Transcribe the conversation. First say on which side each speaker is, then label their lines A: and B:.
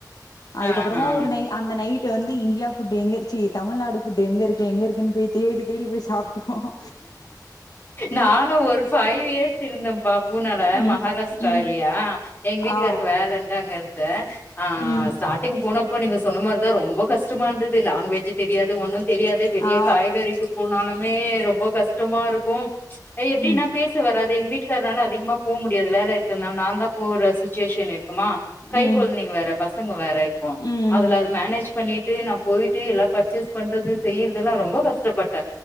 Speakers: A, on the left; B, on the left.
A: அதுக்கப்பறமா
B: ஆஹா
A: ஒரு நை அந்த நைட் டு வந்து இந்தியா ஃபுட்டு எங்க இரு ச்சி தமிழ்நாடு ஃபுட்டு எங்க இருக்கு எங்க இருக்குன் போய் தேடி தேடி போய் சாப்டு சாப்புட்டு போனோ
B: நானு ஒரு ஃபைவ் இயர்ஸ் இருந்தம்ப்பா பூனால
A: ம்
B: மகாராஷ்ராலியா
A: ம்
B: எங்க வீட்டுக்காருக்கு
A: ஆ
B: வேலன்ட்டு அங்க இருந் தெ ஆ
A: ம்
B: ஸ்டாடிங் போனப் இப்ப நீங்க சொன்ன மாரிதா ரொம்ப கஷ்டமா இருந்த து லாங்குவேஜ்ஜே தெரியாது ஒன்னு தெரியாது வெளிய
A: ஆ
B: காய்கறிக்கு போ நாளு மே ரொம்போ கஷ்டமா இருக்கும் எப்டினா
A: ம்
B: பேச வராது எங்க வீட்டு க்கர்னால அதிகமா போமுடியாது வேல இருக் இருக்கர் நாள நாந்தா போற சுச்சுவேஷனு இருக்குமா கை
A: ம்
B: கொழந்தைங்க வேற பசங்க வேற இருக்கு
A: ம்
B: அதுல அது மேனேஜ் பண்ணிட் ட்டு நா போயிட்டு எல்லா பர்ச்சேஸ் பண்றது செய்யறது எல்லா ரொம்போ கஷ்டப்பட்ட